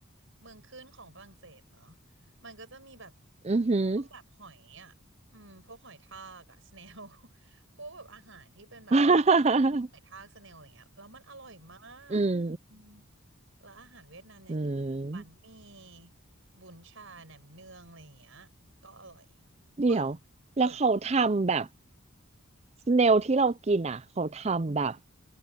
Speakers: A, on the right; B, on the right.
A: เมืองขึ้นของฝรั่งเศสเนอะมันก็จะมีแบบ
B: อือหือ
A: พวกแบบหอยอ่ะอืมพวกหอยทากอ่ะสเนล <laughs> พวกแบบอาหารที่เป็นแบบห
B: <laughs>
A: อยทากสเนลอะไรเงี้ยแล้วมันอร่อยมากอืม
B: อืม
A: แล้วอาหารเวียดนามอย่างอื่นบันหมี่
B: อืม
A: บุนชาแหนมเนืองอะไรอย่างเงี้ยก็อร่อย
B: เดี๋ยว
A: เฝอเฝอ
B: แล้วเขาทำแบบ เนลที่เรากินอ่ะเขาทำแบบ